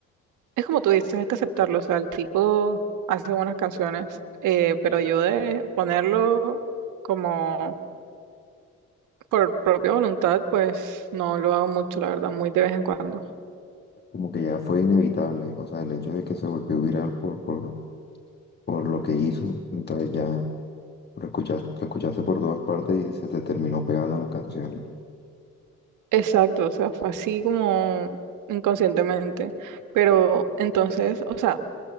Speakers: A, on the right; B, on the left.
A: Es como tú dices, hay que aceptarlo. O sea, el tipo hace buenas canciones, eh, pero yo de ponerlo como por propia voluntad, pues no lo hago mucho, la verdad, muy de vez en cuando.
B: Como que ya fue inevitable, o sea, el hecho de que se volvió viral por, por, por lo que hizo, entonces ya lo escuchaste, lo escuchaste por todas partes y se te terminó pegando las canciones.
A: Exacto, o sea, fue así como inconscientemente. Pero entonces, o sea,